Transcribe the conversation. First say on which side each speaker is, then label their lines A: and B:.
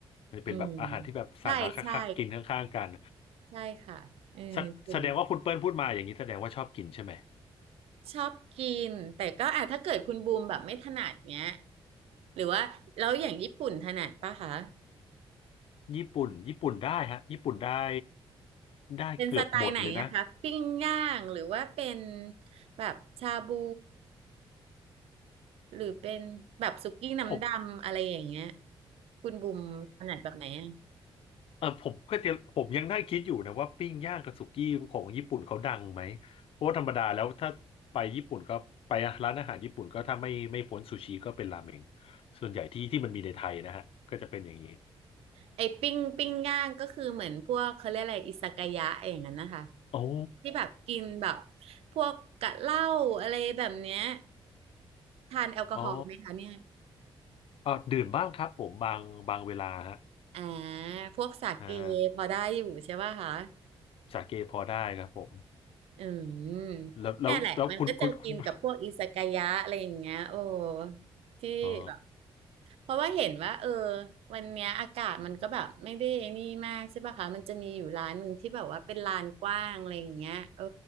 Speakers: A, on the left (about 70°); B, on the right (about 80°).
A: มันเป็นแบบอาหารที่แบบสั่งมาคักๆกินข้างๆกัน
B: อืมใช่ใช่ใช่ค่ะเออกินแบบ
A: แสแสดงว่าคุณเปิ้ลพูดมาอย่างนี้แสดงว่าชอบกินใช่ไหม
B: ชอบกินแต่ก็อ่ะถ้าเกิดคุณบูมแบบไม่ถนัดเนี้ยหรือว่าแล้วอย่างญี่ปุ่นถนัดป่ะคะ
A: ญี่ปุ่นญี่ปุ่นได้ฮะญี่ปุ่นได้ได้เกือบหมดเลยนะ
B: เป็นสไตล์ไหนอะคะปิ้งย่างหรือว่าเป็นแบบชาบูหรือเป็นแบบสุกี้น้ำดำอะไรอย่างเงี้ย
A: ผม
B: คุณบุมถนัดแบบไหนอะ
A: เออผมก็จะผมยังได้คิดอยู่นะว่าปิ้งย่างกับสุกี้ของญี่ปุ่นเขาดังไหมเพราะว่าธรรมดาแล้วถ้าไปญี่ปุ่นก็ไปร้านอาหารญี่ปุ่นก็ถ้าไม่ไม่พ้นซูชิก็เป็นราเมงส่วนใหญ่ที่ที่มันมีในไทยนะฮะก็จะเป็นอย่างนี้
B: ไอ้ปิ้งปิ้งย่างก็คือเหมือนพวกเขาเรียกอะไรอิซากายะอย่างนั้นนะคะ
A: โอ้
B: ที่แบบกินแบบพวกกะเหล้าอะไรแบบเนี้ยทานแอลกอฮอล์ไหมคะเนี่ย
A: อ๋อเออดื่มบ้างครับผมบางบางเวลาฮะ
B: อ่าพวกสาเกพอได้อยู่ใช่ป่ะคะ
A: อ่าสาเกพอได้ครับผม
B: อืมเนี่ยแหละมันก็จะกินกับพวกอิซากายะอะไรอย่างเงี้ยโอ้
A: แล้วแล้วแล้วคุณคุณคุณ
B: ที่แบบ
A: <laughs> อ๋อ
B: เพราะว่าเห็นว่าเออวันเนี้ยอากาศมันก็แบบไม่ได้นี่มากใช่ป่ะคะมันจะมีอยู่ร้านหนึ่งที่แบบว่าเป็นลานกว้างอะไรอย่างเงี้ยเออ